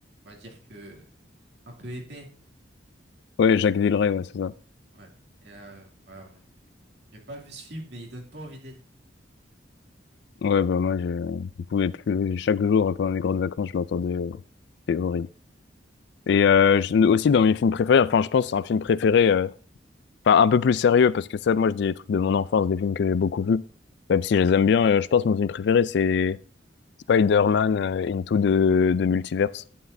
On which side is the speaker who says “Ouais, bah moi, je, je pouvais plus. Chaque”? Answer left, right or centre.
Left